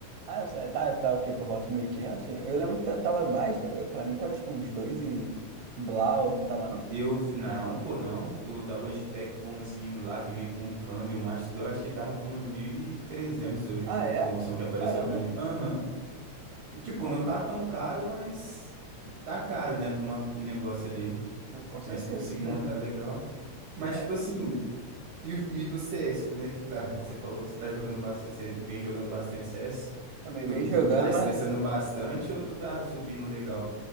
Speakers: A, on the right; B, on the right.
A: Ah, eu sei, tá, tá o quê? Por volta de 1.500. Eu lembro que tava mais, eu- pra mim tava tipo uns dois e blau, não tava não?
B: Eu, não, pô, não. O da Logitech bonzinho lá que vem com o câmbio, o Master, eu acho que tava por uns mil e trezentos Eu vi
A: Ah,
B: a última
A: é?
B: promoção que apareceu
A: Caramba,
B: pra mim. Aham.
A: muito
B: Tipo,
A: bom.
B: não tá tão caro, mas tá caro, né, pra uma- um negócio ali.
A: Não, com certeza.
B: Mas se tu conseguir
A: <laughs>
B: montar legal. Mas,
A: É,
B: tipo assim, e, e no CS, como é que tá? Você falou que você tá jogando bastante, você vem jogando bastante CS.
A: também
B: Tu,
A: veio
B: tu
A: jogando,
B: tá estressando
A: mas
B: bastante ou tu tá subindo legal?